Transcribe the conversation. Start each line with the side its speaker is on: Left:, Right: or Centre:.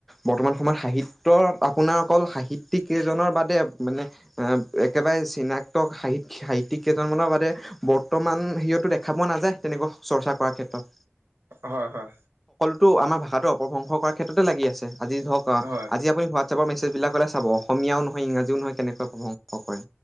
Centre: বৰ্তমান সময়ত সাহিত্যত আপোনাৰ অকল সাহিত্যিক কেইজনৰ বাদে মানে এ একেবাৰে চিনাক্ত সাহিত সাহিত্যয়িক কেইজনৰ বাদে বৰ্তমান সিয়তো দেখা পোৱা নাযায় তেনেকুৱা চৰ্চা কৰাৰ ক্ষেত্ৰত
Right: হয় হয়
Centre: তো আমাৰ ভাষাটো অপভংস কৰা ক্ষেত্ৰত ততে লাগি আছে আজি ধৰক অ
Right: হয়
Centre: আজি আপুনি ৱাটচাপৰ মেছেজবিলাকলে চাব অসমীয়াও নহয় ইংৰাজীও নহয় কেনেকুৱা প্ৰশংস কৰে